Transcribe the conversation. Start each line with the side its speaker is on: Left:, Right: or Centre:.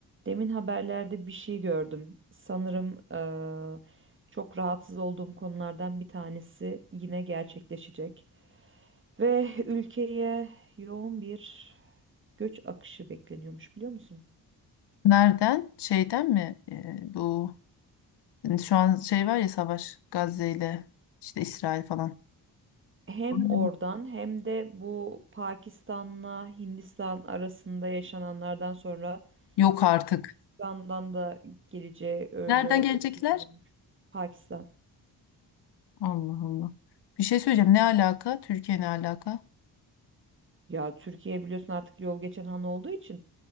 Right: Demin haberlerde bir şey gördüm. Sanırım eee, çok rahatsız olduğum konulardan bir tanesi yine gerçekleşecek. Ve <laughs> ülkeye yoğun bir göç akışı bekleniyormuş biliyor musun?
Left: Nereden? Şeyden mi? Ee, bu hani şu an şey var ya savaş Gazze ile işte İsrail falan.
Right: Hem
Left: Aynen.
Right: oradan hem de bu Pakistan'la Hindistan arasında yaşananlardan sonra
Left: Yok artık.
Right: Hindistan'dan da geleceği öyle
Left: Nereden gelecekler?
Right: öngörülüyormuş. Pakistan.
Left: Allah Allah. Bir şey söyleyeceğim. Ne alaka? Türkiye ne alaka?
Right: Ya Türkiye biliyorsun artık yol geçen han olduğu için